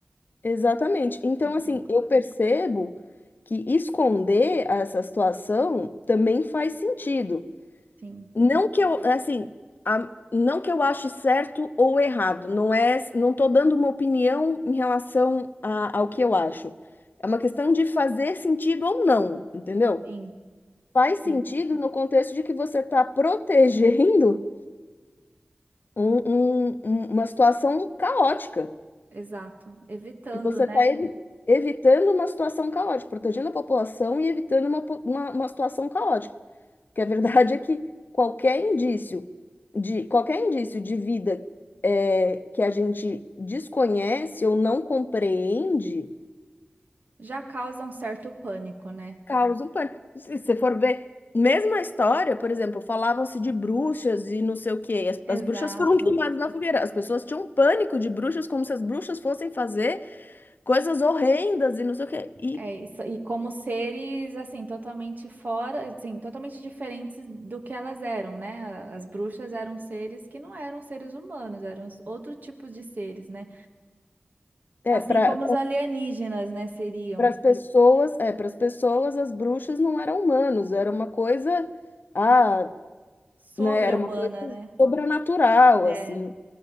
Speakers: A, on the left; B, on the right.
A: Exatamente. Então,
B: Ia virar
A: assim,
B: um caos.
A: eu percebo que esconder essa situação também faz sentido.
B: Sim,
A: Não que eu, assim, a- não que eu ache certo ou errado. Não é, não tô dando uma opinião em relação a- ao que eu acho. É uma questão de fazer sentido ou não, entendeu?
B: sim,
A: faz sentido
B: sim.
A: no contexto de que você está protegendo um- um- um- uma situação caótica,
B: Exato. Evitando,
A: que você
B: né?
A: está evitando uma situação caótica, protegendo a população e evitando uma, po- uma, uma situação caótica. Porque a verdade é que qualquer indício de qualquer indício de vida é, que a gente desconhece ou não compreende
B: Já causa um certo pânico, né?
A: Causa um pânico. Se você for ver, mesma história, por exemplo, falavam-se de bruxas e não sei o quê. e As,
B: Exato.
A: as bruxas foram <laughs> queimadas na fogueira. As pessoas tinham um pânico de bruxas, como se as bruxas fossem fazer coisas horrendas e não sei o quê. E
B: É isso. E como seres, assim, totalmente fora, assim, totalmente diferentes do que elas eram, né? A- As bruxas eram seres que não eram seres humanos, eram s- outro tipo de seres, né?
A: é,
B: Assim
A: para
B: como os alienígenas, né, seriam.
A: as pessoas, é, para as pessoas, as bruxas não eram humanos, era uma coisa, ah,
B: Sobre-humana,
A: né, era uma coisa
B: né?
A: sobrenatural,
B: É,
A: assim.